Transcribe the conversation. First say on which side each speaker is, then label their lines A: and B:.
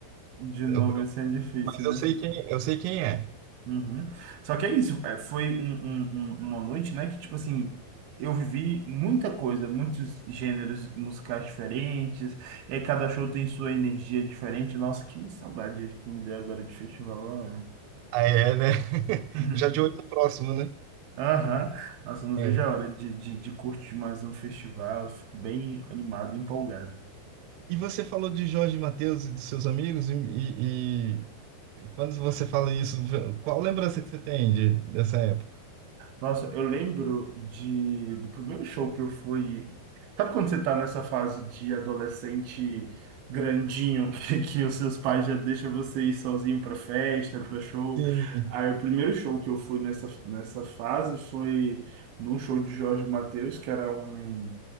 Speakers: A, on the right (about 65°); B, on the right (about 85°).
A: de
B: eu,
A: nome
B: eu-
A: assim é difícil,
B: mas
A: né?
B: eu sei quem, eu sei quem é.
A: Uhum. Só que é isso, é, foi um- um- um- uma noite, né, que, tipo assim, eu vivi muita coisa, muitos gêneros musicais diferentes, e aí cada show tem sua energia diferente. Nossa, que saudade que me deu agora de festival, né?
B: Ah, é, né? <laughs>
A: <laughs>
B: Já de olho no próximo, né?
A: Aham, Nossa, eu não vejo
B: É.
A: a hora de, de, de curtir mais um festival, eu fico bem animado, empolgado.
B: E você falou de Jorge Mateus e dos seus amigos, e, e- e quando você fala isso, qual lembrança que você tem de, dessa época?
A: Nossa, eu lembro de, do primeiro show que eu fui. Sabe quando você tá nessa fase de adolescente grandinho, <laughs> que, que os seus pais já deixam você ir sozinho pra festa, pra show?
B: Sim,
A: Aí o primeiro show que eu fui nessa, nessa fase foi num show de Jorge Mateus, que era um.